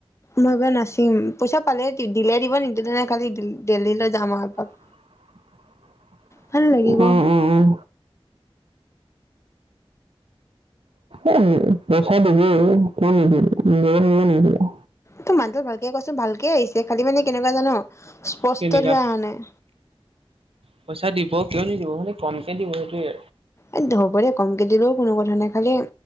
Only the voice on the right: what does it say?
<unintelligible>
উম, উম, উম। এ, পইচা দিবি অ কিয় নিদিব, নিদিয়াকে থাকিব নেকি এম
কেনেকা
পইচা দিব কিয় নিদিব, খালি কমকে দিব সেইটোয়ে।